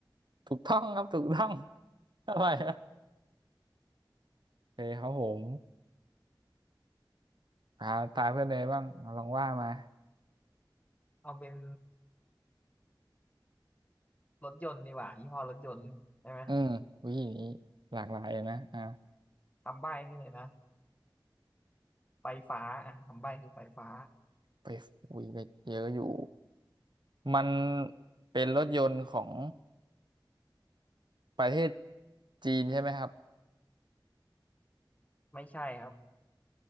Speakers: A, on the right; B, on the left.
A: ถูกต้องครับถูกต้องอะไรอะโอเคครับผมอ่าตาเพื่อนเลยบ้างเอาลองว่ามา
B: เอาเป็นรถยนต์ดีกว่ายี่ห้อรถยนต์ใช่ไหม
A: อืมวิธีนี้หลากหลายนะอ่า
B: คำใบ้นี่เลยนะไฟฟ้าอ่ะคำใบ้คือไฟฟ้า
A: ไปอุ้ยไปเยอะอยู่มันเป็นรถยนต์ของประเทศจีนใช่ไหมครับ
B: ไม่ใช่ครับ